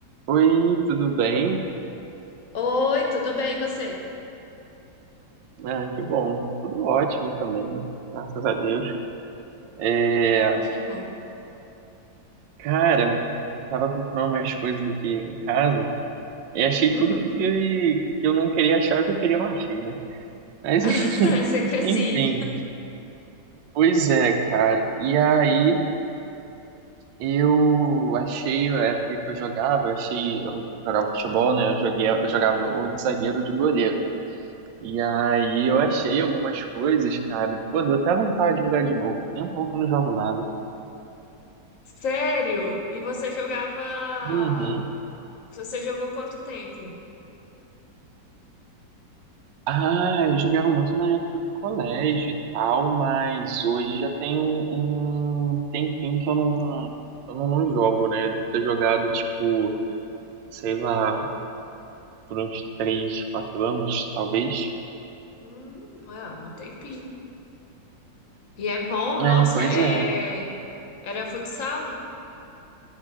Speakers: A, on the right (about 85°); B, on the left (about 55°).
A: Oi, tudo bem?
B: Oi, tudo bem, e você?
A: Ah, que bom. Tudo ótimo também, graças a Deus. É,
B: Que bom.
A: cara, eu tava procurando umas coisas aqui em casa e achei
B: Hum,
A: tudo que, que eu não queria achar, que eu queria não achei, né? Mas
B: <laughs>
A: <laughs>
B: é sempre
A: enfim,
B: assim.
A: pois é, cara. E aí eu achei, a época que eu jogava, achei, eu jogava futebol, né? Eu joguei, eu jogava ou de zagueiro ou de goleiro, né? E aí eu achei algumas coisas, cara. Pô, deu até vontade de jogar de novo. Tem um pouco que eu não jogo nada.
B: Sério? E você jogava.
A: Uhum.
B: Você jogou quanto tempo?
A: Ah, eu jogava muito na época do colégio e tal, mas hoje já tem um, um tempinho que eu não, eu não, não jogo, né? Devo ter jogado, tipo, sei lá, por uns três quatro anos, talvez.
B: Hum, é, há um tempinho. E é bom,
A: É,
B: nossa,
A: pois
B: é...
A: é.
B: era futsal